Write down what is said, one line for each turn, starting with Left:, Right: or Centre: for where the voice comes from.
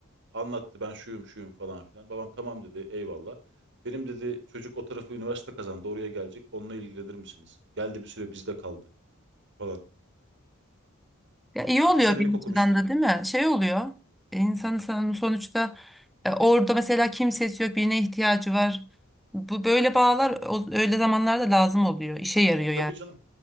Right: Anlattı ben şuyum şuyum falan filan. Babam tamam dedi eyvallah. Benim dedi çocuk o tarafı üniversite kazandı oraya gelecek. Onunla ilgilenir misiniz? Geldi bir süre bizde kaldı falan.
Centre: Ya iyi oluyor
Right: İki senelik
Centre: bir
Right: okumuştu.
Centre: açıdan da değil mi? Şey oluyor. e, İnsanın san- sonuçta e, orada mesela kimsesi yok, birine ihtiyacı var. Bu böyle bağlar o- öyle zamanlarda lazım oluyor. İşe yarıyor yani.
Right: Tabii canım